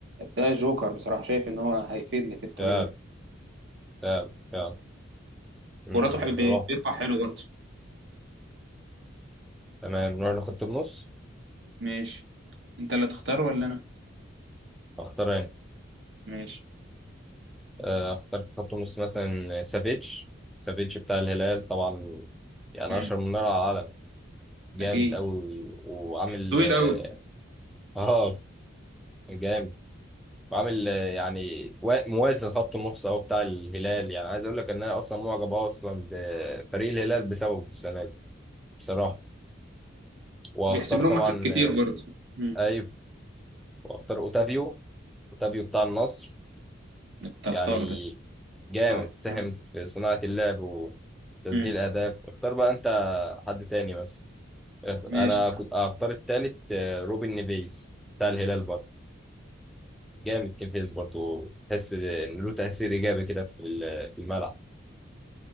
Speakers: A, on the right; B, in the centre.
A: ده جوكر بصراحة شايف ان هو هيفيدني في الطريقة
B: فعلا
A: دي
B: فعلا فعلا مم،
A: كوراته حب
B: نروح
A: بيرفع حلو برضه
B: تمام نروح لخط النص
A: ماشي انت اللي تختار ولا انا
B: اختار انا
A: ماشي
B: آه، اختار في خط النص مثلا سافيتش سافيتش بتاع الهلال طبعا يعني
A: امم
B: اشهر من نار على العالم جامد
A: اكيد
B: قوي وعامل
A: طويل
B: اه
A: قوي
B: آه، جامد وعامل آه، يعني وا- موازن خط النص او بتاع الهلال يعني عايز اقول لك ان انا اصلا معجب أوي اصلا بفريق الهلال بسببه السنه دي بصراحه واختار
A: بيحسب لهم
B: طبعا
A: ماتشات كتير
B: آه،
A: برضه امم
B: ايوه واختار اوتافيو اوتافيو بتاع النصر
A: كنت هختاره
B: يعني
A: ده
B: جامد
A: اختار
B: ساهم
A: مم.
B: في صناعة اللعب وتسجيل
A: مم.
B: الأهداف اختار بقى أنت حد تاني بس أنا
A: ماشي
B: كنت أختار التالت آه، روبن نيفيز بتاع الهلال برضه جامد نيفيز برضه تحس إن له تأثير إيجابي كده في ال- في الملعب